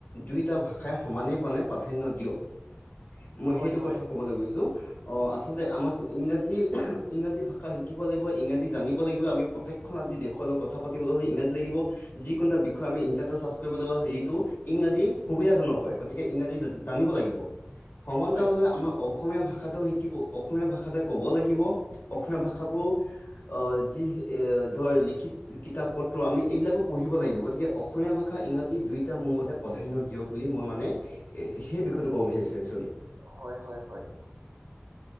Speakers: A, on the left; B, on the right.
A: দুয়োটা ভাষাই সমানে মানে প্ৰাধান্য দিয়ক। মই
B: হয়,
A: সেইটো
B: হয়,
A: কথা কবলৈ গৈছো অ আচলতে আমাক ইংৰাজী ইংৰাজী ভাষা শিকিব লাগিব ইংৰাজী জানিব লাগিব আমি প্ৰত্যেক। আজি দেশৰ লগত কথা পাতিবলৈ ইংৰাজী লাগিব যিকোন এটা বিষয় আমি ইন্টাৰনেট চাৰ্চ কৰিব লাগ হেৰিটো। ইংৰাজী সুবিধাজনক হয় গতিকে ইংৰাজী জানিব লাগিব সমান্তলাৱে।
B: হয়,
A: আমাৰ অসমীয়া ভাষাটো শিকিব অসমীয়া ভাষাতে ক'ব লাগিব, অসমীয়া ভাষাবোৰ। অ যি এ ধৰ লিখিত কিতাপ পত্ৰ আমি এইবিলাকো পঢ়িব লাগিব গতিকে। অসমীয়া ভাষা ইংৰাজী দুইটা মোৰম তে প্ৰাধান্য দিয়ক বুলি মই মানে এ সেই বিষয়টো ক'ব বিচাৰিছো একচোৱেলি
B: হয় হয় হয়